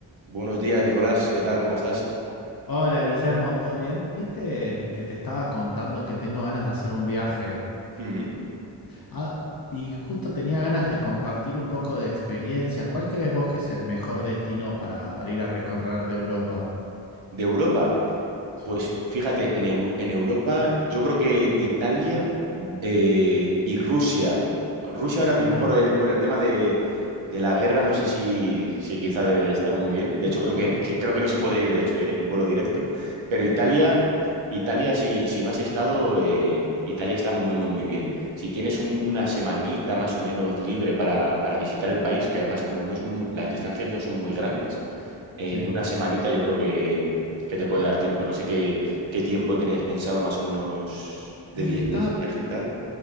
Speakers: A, on the right; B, on the left.
A: Buenos días, Nicolás. ¿Qué tal? ¿Cómo estás?
B: Hola Guillermo, ¿todo bien? Viste que te estaba contando que tengo ganas de hacer un viaje.
A: Mm.
B: Ah, y justo tenía ganas de compartir un poco de experiencias. ¿Cuál crees vos que es el mejor destino para, para ir a recorrer de Europa?
A: De Europa.
B: Sí.
A: Pues fíjate, en, Eu- en Europa yo creo que Italia eh, y Rusia. Rusia ahora mismo
B: Mira.
A: por el, por el tema de, de la guerra no sé si, si quizá debe de estar muy bien. De
B: <laughs>
A: hecho creo que, que creo que no se puede ir, de hecho, eh, en vuelo directo. Pero Italia, Italia si, si no has estado, eh, Italia está muy, muy, muy bien. Si tienes una semanita más o menos libre para, para visitar el país, que además como no es, mu- las distancias no son muy grandes, en
B: Sí.
A: una semanita yo creo que te puede dar tiempo. No sé qué, qué tiempo tenías pensado más o menos de,
B: Y
A: vi-
B: estaba,
A: de viaje y tal.